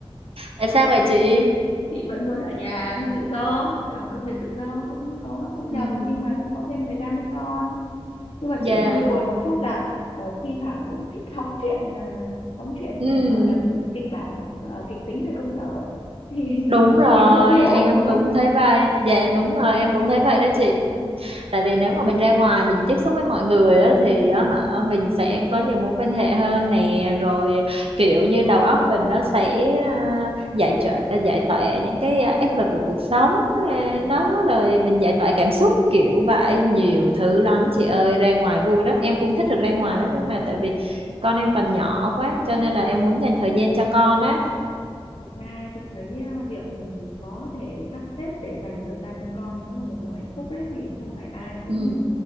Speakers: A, on the right (about 70°); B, on the left (about 80°).
A: Tại sao vậy chị?
B: chị vẫn muốn ở nhà tự do làm công việc tự do cũng có thu nhập
A: Ừ,
B: nhưng mà cũng có thêm thời gian với con nhưng mà
A: dạ,
B: chỉ hơi buồn một chút là ờ, thi thoảng cũng thích hóng chuyện à, hóng chuyện
A: ừ,
B: à, gọi là kịch bản ờ, kịch tính ở công sở ấy. <laughs> thì
A: đúng rồi,
B: thì hơi thiếu
A: em
B: đúng
A: cũng
B: không
A: thấy vậy. Dạ, đúng
B: ừ.
A: rồi, em cũng thấy vậy đó chị.
B: Ừ.
A: tại vì nếu mà mình ra ngoài mình tiếp xúc với mọi người á thì á hả mình sẽ có nhiều mối quan hệ hơn nè
B: Ừ.
A: rồi kiểu như đầu óc mình nó sẽ à, giải tỏa à, giải tỏa những cái à, áp lực của cuộc sống à,
B: Ừ.
A: đó rồi mình giải tỏa cảm xúc kiểu vậy nhiều
B: Ừ.
A: thứ lắm chị ơi ra ngoài vui lắm em cũng thích được ra ngoài lắm nhưng mà tại vì con em còn nhỏ quá cho nên là em muốn dành thời gian cho con á
B: Thực ra chị thấy à, việc mình có thể sắp xếp để dành thời gian cho con đó là một điều hạnh phúc đấy vì không phải ai cũng
A: ừ.